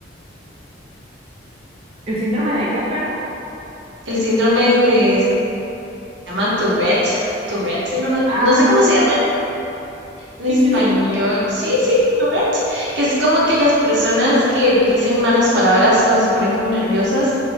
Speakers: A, on the right; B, on the right.
A: ¿El síndrome de qué, perdón?
B: el síndrome de, se llama Tourette, Tourette síndrome,
A: Ah,
B: no sé cómo se llama. En español,
A: sí, sí, sí.
B: sí, sí, Tourette, que es como que las personas que dicen malas palabras cuando se ponen como nerviosas,